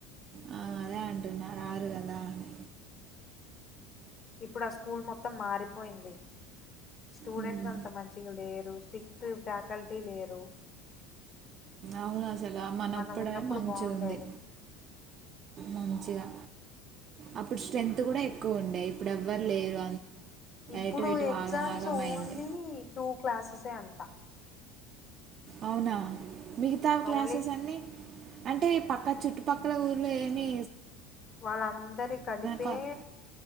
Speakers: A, on the right; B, on the left.
A: ఆ, అదే అంటున్నా రారు కదా అని
B: ఇప్పుడు ఆ స్కూల్ మొత్తం మారిపోయింది స్టూడెంట్స్
A: ఉమ్,
B: అంత మంచిగా లేేరు స్క్రిక్ట్ ఫ్యాకల్టీ లేరు
A: అవును అసలు మనప్పుడే
B: మనం ఉన్నప్పుడు
A: మంచిగా
B: బాగుండేది
A: ఉంది మంచిగా అప్పుడు స్ట్రెంత్ కూడా ఎక్కువ ఉండే ఇప్పుడు ఎవ్వరు లేరు
B: ఇప్పుడు
A: ఎటు ఎటు
B: ఎగ్జామ్స్
A: ఆగం ఆగం అయింది
B: ఓన్లీ టూ క్లాసెసే అం ంటా
A: అవునా మిగతా క్లాసెస్
B: ఓన్లీ
A: అన్ని అంటే పక్క చుట్టుపక్కల ఊర్లో ఏమి
B: వాళ్ళందరు కలిపే
A: కా-